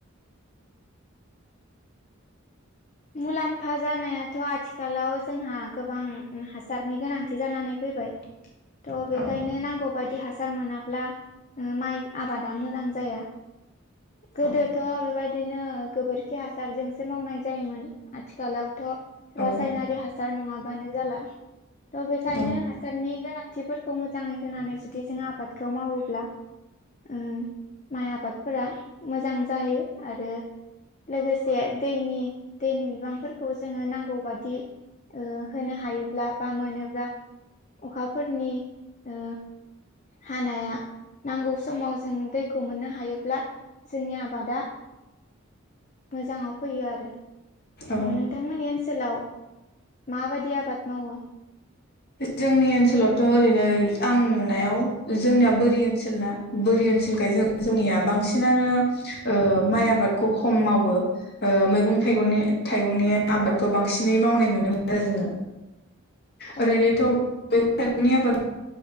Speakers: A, on the left; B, on the left.
A: मुलाम्फा जानायाथ' आथिखालाव जोंहा गोबां हासारनि गोनांथि जानानै फैबाय
B: <unintelligible>
A: थ' बेखायनो
B: औ
A: नांगौ बायदि हासार मोनाब्ला ओम माइ आबादा मोजां जाया गोदोथ'
B: औ
A: बेबाय दिनो गोबोरखि हासारजोंसो मावनाय जायोमोन आथिखालावथ'
B: औ
A: रायनारि हास सार नङाबानो जाला थ' बेखायनो
B: औ
A: हास सारनि गोनांथिफोरखौ मोजाङै होनानै जुदि जों आबादखौ मावोब्ला ओ माइ आबादफोरा मोजां जायो आरो लोगोसे दैनि दैनि बिबांफोरखौ जोङो नांगौ बादि ओ होनो हायोब्ला बा मोनोब्ला अखाफोरनि ओ हानाया नांगौ समाव जों दैखौ मोननो हायोब्ला जोंनि आबादा मोजांआव फैयो आरो
B: औ
A: ओ नोंथांमोननि ओनसोलाव माबायदि आबाद मावो
B: जोंनि ओनसोलावथ' ओरैनो आं नुनायाव जोंनिया बोरि ओनसोल ना बोरि ओनसोलखाय जों जोंनिया बांसिनानो ओ माइ आबादखौ खम मावो ओ मैगं थाइगंनि थाइगंनि आबादखौ बांसिनै मावनाय नुनो मोनो आरो जोङो
A: अ
B: ओरैनोथ' मैगं थाइगंनि आबाद